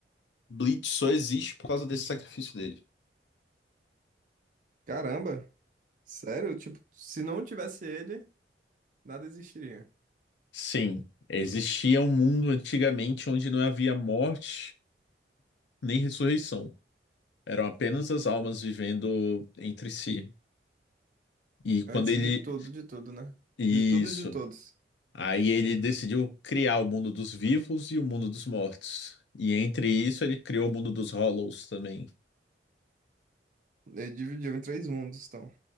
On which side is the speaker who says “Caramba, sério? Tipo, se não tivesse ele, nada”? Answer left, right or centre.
Right